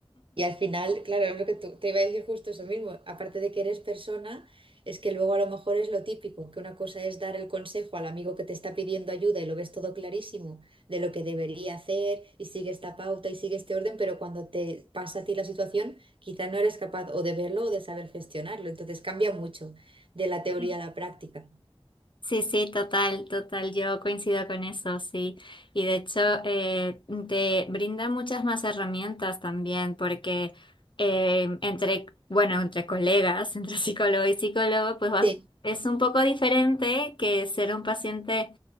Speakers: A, on the right; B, on the left.
A: Y al final, claro, es lo que tú- te iba a decir justo eso mismo. Aparte de que eres persona, es que luego a lo mejor es lo típico, que una cosa es dar el consejo al amigo que te está pidiendo ayuda y lo ves todo clarísimo de lo que debería hacer y sigue esta pauta y sigue este orden, pero cuando te pasa a ti la situación, quizá no eres capaz o de verlo o de saber gestionarlo. Entonces cambia mucho de la teoría
B: <laughs>
A: a la práctica.
B: Sí, sí, total, total, yo coincido con eso, sí. Y de hecho, eh, te brinda muchas más herramientas también, porque eh, entre, bueno, entre colegas, <laughs> entre psicólogo y psicólogo, pues vas-
A: Sí,
B: es un poco diferente que ser un paciente